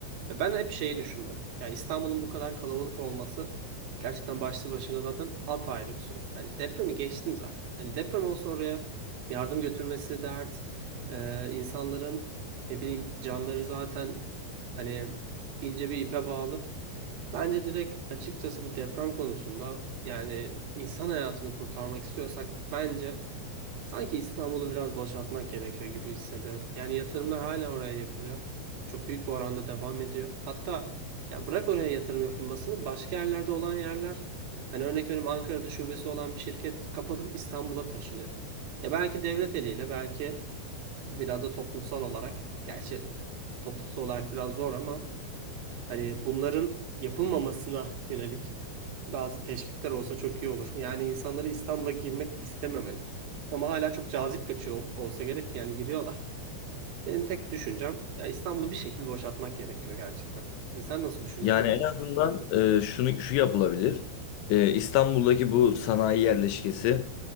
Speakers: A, on the right; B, on the left.
A: Ya ben hep şeyi düşündüm. Ya İstanbul'un bu kadar kalabalık olması gerçekten başlı başına zaten apayrı bir sorun. Hani depremi geçtim zaten. Hani deprem olsa oraya yardım götürmesi dert. E, insanların ne bileyim canları zaten hani ince bir ipe bağlı. Bence direkt açıkçası bu deprem konusunda yani insan hayatını kurtarmak istiyorsak bence sanki İstanbul'u biraz boşaltmak gerekiyor gibi hissediyorum. Yani yatırımlar hala oraya yapılıyor. Çok büyük bir oranda devam ediyor. Hatta ya bırak oraya yatırım yapılmasını başka yerlerde olan yerler hani örnek veriyorum Ankara'da şubesi olan bir şirket kapatıp İstanbul'a taşınıyor. Ya belki devlet eliyle belki biraz da toplumsal olarak gerçi toplumsal olarak biraz zor ama Hani bunların yapılmamasına yönelik bazı teşvikler olsa çok iyi olur. Yani insanları İstanbul'a girmek istememeli. Ama hala çok cazip kaçıyor olsa gerek ki yani giriyorlar. Benim tek düşüncem ya İstanbul'u bir şekilde boşaltmak gerekiyor gerçekten. Hani sen nasıl düşünüyorsun?
B: Yani en azından e, şunu şu yapılabilir. E, İstanbul'daki bu sanayi yerleşkesi